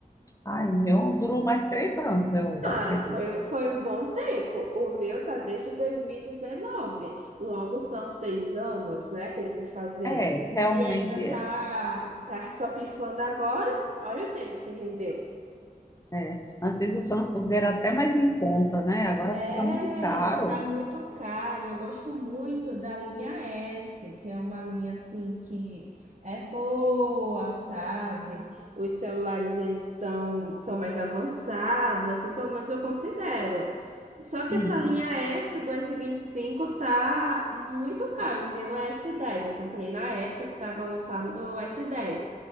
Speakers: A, on the left (about 20°); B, on the right (about 50°).
A: Ai, o meu durou mais três anos, eu
B: Ah,
A: acredito.
B: foi, foi um bom tempo. O meu tá desde 2019. Logo são seis anos, né, que ele vai fazer.
A: É, realmente
B: E ainda tá,
A: é.
B: tá só pifando agora. Olha o tempo que rendeu.
A: É. Antes o Samsung era até mais em conta, né? Agora
B: É,
A: tá muito caro.
B: tá muito caro. Eu gosto muito da linha S, que é uma linha assim que é boa, sabe? Os celulares eles estão são mais avançados, assim, pelo menos eu considero. Só que
A: Hum,
B: essa linha S do S25 tá muito caro. O meu é S10, eu comprei na época que tava lançando o S10.